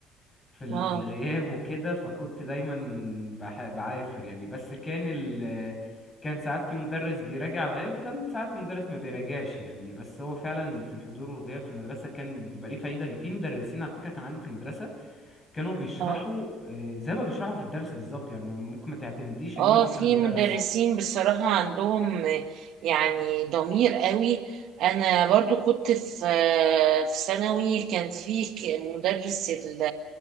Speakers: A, on the left; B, on the right.
A: في ال...
B: اه
A: في الغياب وكده فكنت دايما بح... بعافر يعني بس كان ال... آه، كان ساعات في مدرس بيراجع الغياب وكان ساعات المدرس ما بيراجعش يعني بس هو فعلا في الحضور والغياب في المدرسة كان بيبقى ليه فايدة ان في مدرسين على فكرة كان عندي في المدرسة كانوا بيشرحوا
B: اه
A: آه، زي ما بيشرحوا في الدرس بالظبط يعني ممكن ما تعتمديش ان
B: اه
A: انت تاخدي
B: في
A: درس
B: مدرسين بصراحة عندهم يعني ضمير قوي انا برضو كنت في في ثانوي كان في ك- مدرس ال